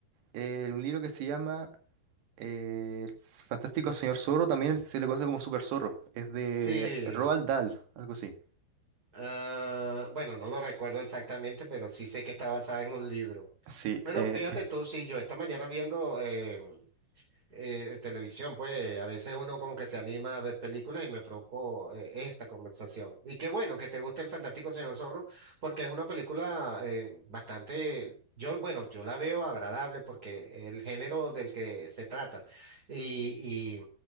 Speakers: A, on the right (about 65°); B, on the right (about 20°).
A: eh, un libro que se llama Eh, el Fantástico Señor Zorro también se le conoce como Super Zorro. Es de
B: sí.
A: Roald Dahl, algo así.
B: Ah, bueno, no lo recuerdo exactamente, pero sí sé que está basada en un libro.
A: Sí,
B: Bueno,
A: eh,
B: fíjate tú, sí, yo esta mañana viendo em, eh, televisión, pues a veces uno como que se anima a ver películas y me provocó eh, esta conversación. Y qué bueno que te guste El Fantástico Señor Zorro, porque es una película eh, bastante, yo, bueno, yo la veo agradable porque el género del que se trata y, y,